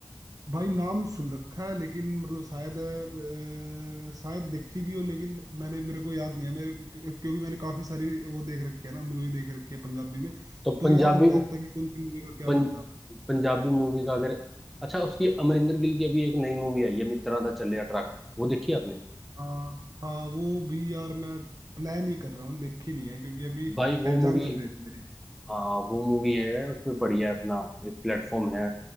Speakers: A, on the right; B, in the centre.
A: भाई नाम सुन रखा है लेकिन मतलब शायद अ, शायद देखी भी हो लेकिन मैंने मेरे को याद नहीं है मेरे क्योंकि मैंने काफी सारी वो देख रखी है ना मूवी देख रखी है पंजाबी में
B: तो
A: तो
B: पंजाबी
A: याद नहीं रहता कि कौन सी मूवी का क्या
B: पं,
A: नाम था
B: पंजाबी मूवी का अगर अच्छा उसकी अमरिंदर गिल की अभी एक नई मूवी आई है मित्रा दा चले ट्रक वो देखी है आपने
A: हाँ हाँ वो भी यार मैं प्लान ही कर रहा हूँ देखी नहीं है क्योंकि अभी
B: भाई वो
A: एग्जाम
B: मूवी
A: चल रही थी मेरी
B: हाँ वो मूवी है उसमें पड़ी है अपना एक प्लेटफॉर्म है